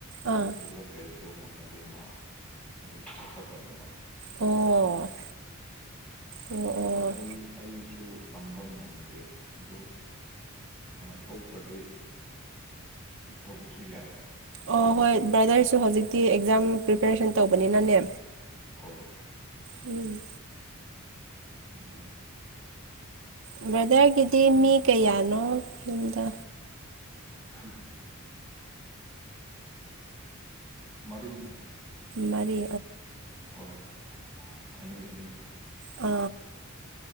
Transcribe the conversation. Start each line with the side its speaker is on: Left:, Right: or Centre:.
Right: ꯑꯥ
Centre: ꯑꯗꯨ ꯐꯤꯖꯤꯀꯦꯜ ꯇꯦꯁꯇꯨ ꯉꯝꯃꯗꯤ ꯃꯥ ꯑꯗꯨꯝ ꯊꯕꯛꯆꯠꯈ꯭ꯔꯅꯦꯕ
Right: ꯑꯣ ꯑꯣ
Centre: ꯑꯗꯨꯒ
Right: ꯑꯣ
Centre: ꯑꯩ ꯑꯩꯁꯨ ꯇꯝꯕ ꯉꯝꯗꯦ ꯑꯗꯨ ꯊꯣꯛꯇ꯭ꯔꯗꯤ ꯗꯨꯝ ꯇꯧꯕꯁꯨ ꯌꯥꯏ ꯑꯩꯈꯣꯏ
Right: ꯑꯣ
Centre: ꯑꯍꯨꯝ
Right: ꯍꯣꯏ
Centre: ꯄꯨꯜꯂꯒ
Right: ꯕ꯭ꯔꯥꯗꯔꯁꯨ ꯍꯧꯖꯤꯛꯇꯤ ꯑꯦꯛꯖꯥꯝ ꯄ꯭ꯔꯤꯄꯦꯔꯦꯁꯟ ꯇꯧꯕꯅꯤꯅꯅꯦ
Centre: ꯍꯣꯏ
Right: ꯎꯝ
Centre: ꯑꯗꯨꯅꯦ
Right: ꯕ꯭ꯔꯗꯔꯒꯤꯗꯤ ꯃꯤ
Centre: ꯃꯊꯪ
Right: ꯀꯌꯥꯅꯣ ꯌꯨꯝꯗ
Centre: ꯎ ꯃꯔꯤꯅꯤ
Right: ꯃꯔꯤ
Centre: ꯍꯣꯏ ꯑꯅꯤ ꯑꯅꯤ
Right: ꯑ